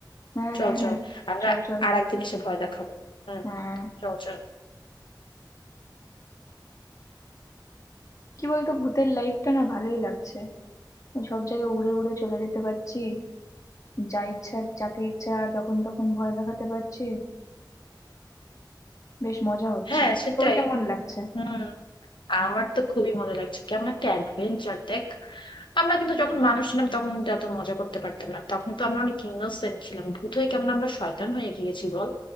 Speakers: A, on the left (about 45°); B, on the left (about 85°).
A: হ্যাঁ
B: চল
A: হ্যাঁ
B: চল
A: হ্যাঁ
B: আমরা
A: চল চল
B: আর একদিন এসে ভয় দেখাবো হম
A: হ্যাঁ
B: চল চল
A: কি বলতো ভূতের লাইফটা না ভালোই লাগছে আমি সব জায়গায় উড়ে উড়ে চলে যেতে পারছি যা ইচ্ছা যাকে ইচ্ছা যখন তখন ভয় দেখাতে পারছি বেশ মজা হচ্ছে
B: হ্যাঁ সেটাই
A: তোর কেমন লাগছে
B: হুম আমার তো খুবই মজা লাগছে কেমন একটা অ্যাডভেঞ্চার দেখ আমরা কিন্তু যখন মানুষ ছিলাম তখন কিন্তু এত মজা করতে পারতাম না তখন তো আমরা অনেক ইনোসেন্ট ছিলাম ভূত হয়ে কেমন আমরা শয়তান হয়ে গিয়েছি বল